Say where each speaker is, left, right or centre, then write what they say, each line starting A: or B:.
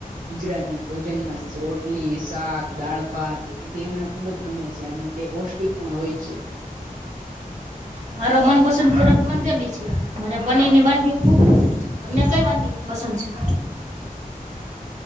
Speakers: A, on the right; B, on the right.
A: ગુજરાતી ભોજનમાં રોટલી શાક દાળ ભાત કે તે મને ખુબ જ ગમે છે. અને તે પૌષ્ટિક પણ હોય છે.
B: મારો મનપસંદ ખોરાક પંજાબી છે મને પનીર ની વાનગીઓ ખુબ પસંદ છે. તમને કઈ વાનગી પસંદ છે?